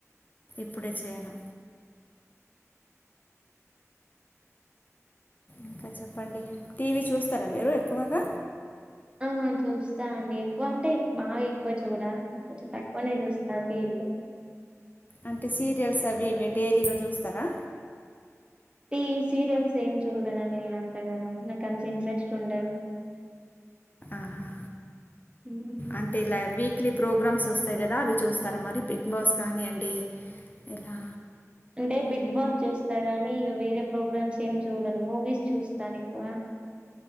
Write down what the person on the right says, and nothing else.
ఆ చూస్తా అండి ఎక్కువ అంటే బాగా ఎక్కువ చూడ కొంచెం తక్కువనే చూస్తా చూస్తా టీవీ
టీవీ సీరియల్స్ ఏం చూడనండి నేను అంతగానం నాకు అంత ఇంట్రెస్ట్ ఉండదు
ఉమ్
అంటే బిగ్ బాస్ చూస్తా కానీ ఇక వేరే ప్రోగ్రామ్స్ ఏం చూడను మూవీస్ చూస్తాను ఎక్కువ